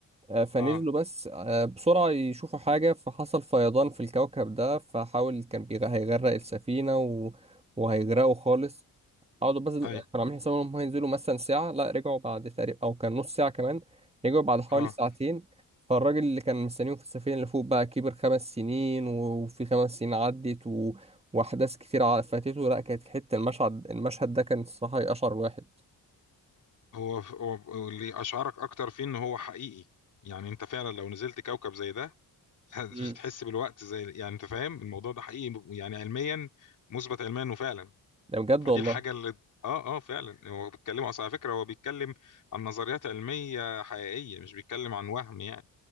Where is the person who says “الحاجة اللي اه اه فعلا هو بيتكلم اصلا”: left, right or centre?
Left